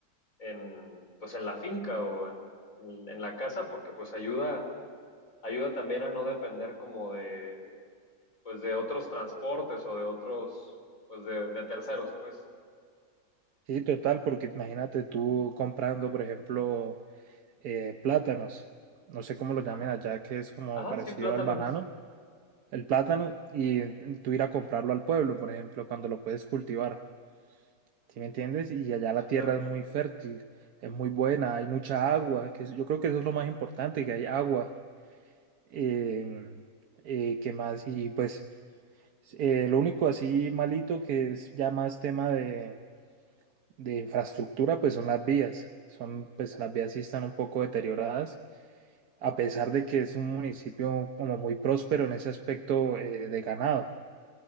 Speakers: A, on the left (about 60°); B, on the right (about 85°).
A: en, pues en la finca o en, en la casa, porque pues ayuda, ayuda también a no depender como de, pues de otros transportes o de otros, pues de, de terceros, pues.
B: Sí, total, porque imagínate tú comprando, por ejemplo, eh, plátanos, no sé cómo lo
A: Ajá.
B: llamen allá, que es como
A: Ajá,
B: parecido
A: sí, plátanos.
B: al banano, el plátano, y tú ir a comprarlo al pueblo, por ejemplo, cuando lo puedes cultivar, ¿sí me entiendes? Y allá
A: Sí,
B: la tierra
A: claro.
B: es muy fértil, es muy buena, hay mucha agua, que es- yo creo que eso es lo más importante, que hay agua Eh, eh, ¿qué más? Y pues eh, lo único así malito que es ya más tema de, de infraestructura, pues son las vías. Son, pues las vías sí están un poco deterioradas, a pesar de que es un municipio como muy próspero en ese aspecto eh, de ganado.